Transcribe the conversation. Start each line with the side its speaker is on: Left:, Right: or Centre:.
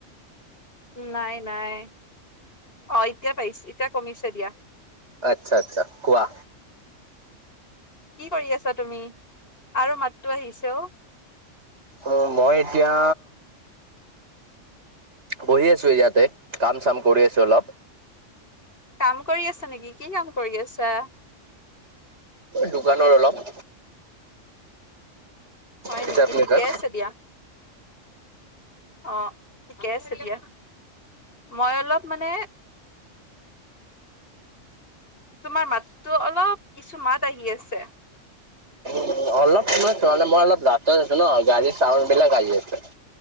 Left: নাই নাই। অ এতিয়া পাইছো এতিয়া কমিছে দিয়া।
Right: আচ্ছা আচ্ছা কোৱা।
Left: কি কৰি আছা তুমি? আৰু মাততো আহিছে অ।
Right: অ মই এতিয়া বহি আছো ইয়াতে কাম চাম কৰি আছো অলপ।
Left: কাম কৰি আছা নেকি? কি কাম কৰি আছা?
Right: দোকানৰ অলপ।
Left: হয়
Right: হিচাপ
Left: নেকি? ঠিকে
Right: নিকাচ
Left: আছে দিয়া। অঁ ঠিকে আছে দিয়া। মই অলপ মানে তোমাৰ মাততো অলপ কিছু মাত আহি আছে।
Right: উম অলপ সময়, চোৱা মানে মই অলপ ৰাস্তাত আছো ন, গাড়ীৰ চাউণ্ড বিলাক আহি আছে।